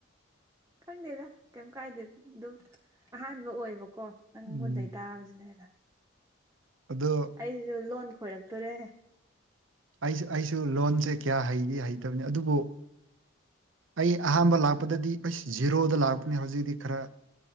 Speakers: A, on the right; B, on the right.
A: ꯈꯪꯗꯦꯗ ꯀꯩꯝ ꯀꯥꯏꯗꯦ ꯑꯗꯨꯝ ꯑꯍꯥꯟꯕ ꯑꯣꯏꯕ__ ꯀꯣ ꯅꯪꯉꯣꯟꯗꯩ
B: ꯎꯝ
A: ꯇꯥꯕꯖꯤꯅ ꯍꯦꯟꯅ
B: ꯑꯗꯣ
A: ꯑꯩꯖꯤꯖꯨ ꯂꯣꯟ ꯈꯣꯏꯔꯛꯇꯣꯔꯦ
B: ꯑꯩꯁꯨ ꯑꯩꯁꯨ ꯂꯣꯟꯖꯦ ꯀꯌꯥ ꯍꯩꯗꯤ ꯍꯩꯇꯕꯅꯤ ꯑꯗꯨꯕꯨ ꯑꯩ ꯑꯍꯥꯟꯕ ꯂꯥꯛꯄꯗꯗꯤ ꯑꯩꯁ ꯖꯤꯔꯣꯗ ꯂꯥꯛꯄꯅꯦ ꯍꯧꯖꯤꯛꯇꯤ ꯈꯔ